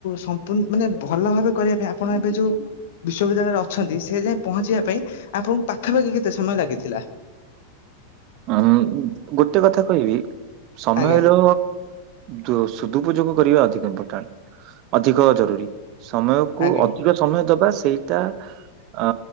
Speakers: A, on the left; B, on the right.
A: ସମ୍ପୂର୍ଣ ମାନେ ଭଲ ଭାବେ କରିବା ପାଇଁ ଆପଣ ଏବେ ଯୋଉ ବିଶ୍ବିଦ୍ୟାଳୟରେ ଅଛନ୍ତି ସେ ଯାଏ ପହଞ୍ଚିବା ପାଇଁ ଆପଣଙ୍କୁ ପାଖାପାଖି କେତେ ସମୟ ଲାଗିଥିଲା?
B: ଉଁ ଗୋଟେ କଥା କହିବି ସମୟର
A: ଆଜ୍ଞା
B: ଦୋ ସୁଦୁପଯୋଗ କରିବା ଅଧିକ ଇମ୍ପୋର୍ଟାଣ୍ଟ ଅଧିକ ଜରୁରୀ। ସମୟକୁୁ
A: ଆଜ୍ଞା
B: ଅଧିକ ସମୟ ଦବା ସେଇଟା ଅ